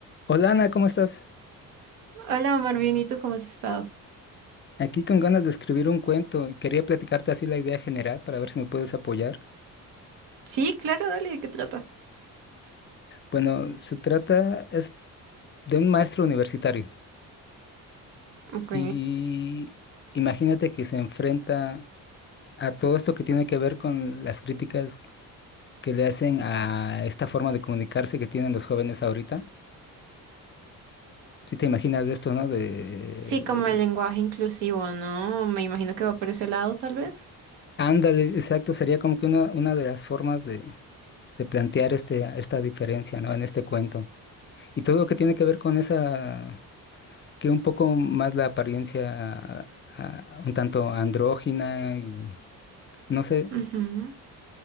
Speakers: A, on the left; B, on the right.
A: Hola Ana, ¿cómo estás?
B: Hola, Omar, bien, ¿y tú cómo has estado?
A: Aquí con ganas de escribir un cuento y quería platicarte así la idea general para ver si me puedes apoyar.
B: Sí, claro, dale, ¿de qué trata?
A: Bueno, se trata es de un maestro universitario
B: Ok.
A: y imagínate que se enfrenta a todo esto que tiene que ver con las críticas que le hacen a esta forma de comunicarse que tienen los jóvenes ahorita. Si te imaginas de esto, ¿no? De
B: Sí, como el lenguaje inclusivo, ¿no? Me imagino que va por ese lado, tal vez.
A: ándale, exacto, sería como que una, una de las formas de, de plantear este, esta diferencia, ¿no? En este cuento. Y todo lo que tiene que ver con esa, que un poco más la apariencia ah, un tanto andrógina y no sé.
B: Ujú.